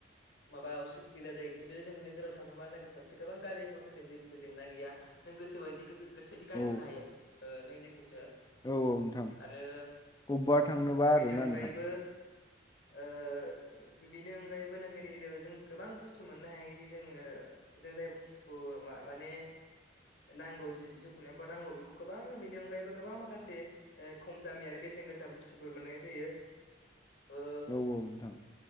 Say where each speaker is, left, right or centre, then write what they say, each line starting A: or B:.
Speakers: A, on the left (about 65°); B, on the left (about 20°).
A: माबा असुबिदा जायो खिन्थु जों नोगोराव थाङोबा फारसे गोबां गारि मथरनि जेबो जेंना गैया नों गोसोबायदि गोसो जि गारि
B: औ
A: हमनो हायो ओ नों जेखौसो
B: औ औ नोंथां
A: आरो
B: अबेबा थांनोबा
A: बिनि
B: आरोना
A: अनगायैबो
B: नोंथां
A: ओ बिनि अनगायैबो नोगोर एरियाइयाव जों गोबां बुस्थु मोननो हायो जोङो जों जाय बुस्थु खु माने नांगौ जि जिखुनायफोर नांगौ बेखौ गोबां बेनि अनगायैबो गोबां माखासे खम दामि आरो बेसेन गोसा बुस्थुफोर मोननाय जायो। ओ
B: औ औ नोंथां